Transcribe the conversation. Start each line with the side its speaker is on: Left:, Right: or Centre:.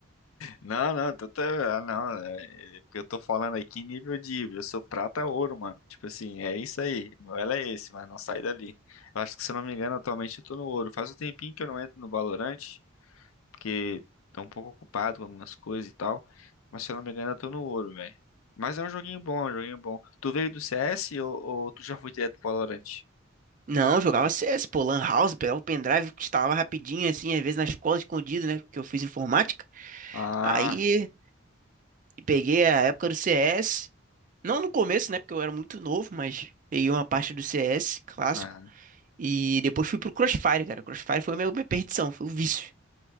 Left: Não, não, tô, tô- ah, não, é, é porque eu tô falando aqui em nível de, eu sou prata ouro, mano. Tipo assim, é isso aí. Meu elo é esse, mas não sai dali. Eu acho que se eu não me engano, atualmente eu tô no ouro. Faz um tempinho que eu não entro no Valorant, porque tô um pouco ocupado com algumas coisas e tal. Mas se eu não me engano, eu tô no ouro, velho. Mas é um joguinho bom, é um joguinho bom. Tu veio do CS ou, ou tu já foi direto pro Valorant?
Right: Não, eu jogava CS, pô, Lan House, pegava o pendrive, instalava rapidinho, assim, às vezes na escola escondido, né? Porque eu fiz informática.
Left: Ah,
Right: Aí peguei a época do CS. Não no começo, né? Porque eu era muito novo, mas peguei uma parte do CS clássico.
Left: ah.
Right: E depois fui pro Crossfire, cara. Crossfire foi meu- minha perdição, foi o vício.